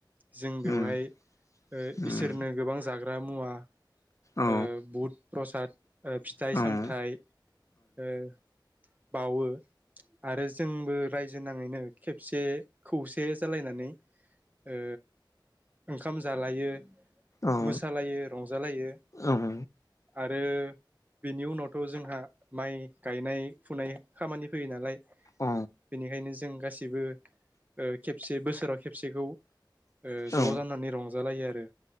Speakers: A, on the right; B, on the left.
A: जों बेवहाय
B: उम
A: ओ
B: उम
A: इसोरनो गोबां जाग्रा <unintelligible> मुवा
B: उम औ
A: ओ बुध प्रसाद ओ फिथाइ
B: औ
A: सामथाइ ओ बावो आरो जोंबो <unintelligible> खेबसे खौसे जालायनानै ओ ओंखाम जालायो
B: औ
A: मोसालायो रंजालायो
B: उम
A: आरो बेनि उनावथ' जोंहा माइ गायनाय फुनाय खामानि फैयो नालाय
B: अ
A: बेनिखायनो जों गासिबो ओ खेबसे बोसोराव खेबसेखौ ओ ज'
B: औ
A: जानानै रंजालायो आरो